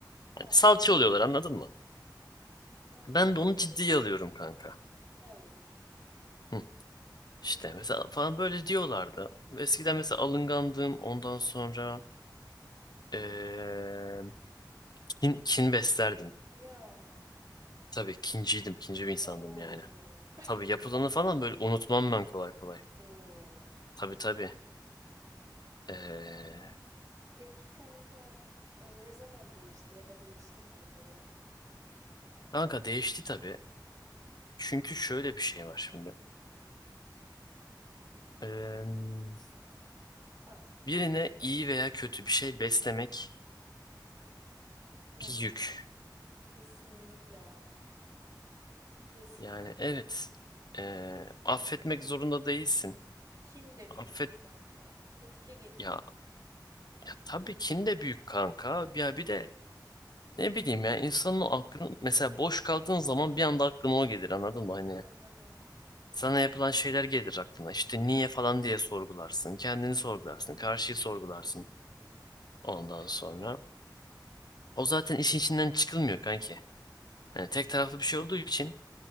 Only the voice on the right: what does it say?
He,
anladım.
Senin
de canın
sıkılıyor. Ay.
Hı hı.
Ya.
Abo.
<laughs>
Bak
sen.
Oo.
Peki kanka o ne zaman değişti ya da değişti mi bu durum?
Ha,
evet.
Kesinlikle abi. Kesinlikle.
Kin de
büyük kanka. Öfke getiriyor.
Anladım. Evet.
Heh,
Evet.